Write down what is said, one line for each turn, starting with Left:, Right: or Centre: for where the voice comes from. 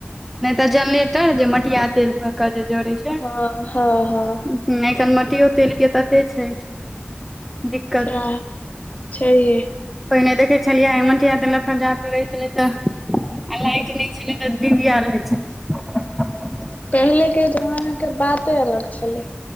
Centre: नहि तऽ जेनरेटर जे मटिया तेल पर के जे जड़ै छै
Left: हँ हँ हँ
Centre: आइ काइल मटियो तेल के तते छै दिक्कत
Left: साह छैए
Centre: पहिने देखै छलियै मटीआ तेल लक रहै छलय तऽ आ लाइट नहि छलै तऽ डिबिया रहै छलै
Left: पहिले के जमाना के बाते अलग छलै